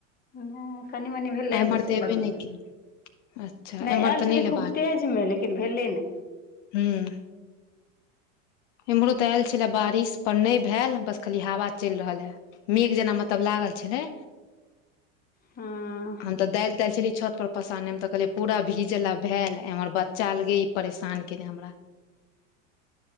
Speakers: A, on the left; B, on the left.
A: नै कनि मनि भेलै
B: एम्हर
A: बस
B: तऽ एबे
A: बंद
B: नहि
A: भगेलै।
B: केलै अच्छा
A: नै
B: एम्हर
A: आएल
B: तऽ नहि
A: छलै
B: एलै
A: खुब तेजमे लेकिन भेलै नै।
B: ह्म्म इमहरो त आएल छले बारिश पर नै भेल बस खाली हवा चैल रहल हेँ। मेघ जेना मतलब लागल छलै।
A: हां
B: हम तऽ दाइल ताइल छली छत पर पसारने हम तऽ कहलियै पूरा भीजल आब भैल एमहर बच्चा अलगे इ परेशान केने हमरा।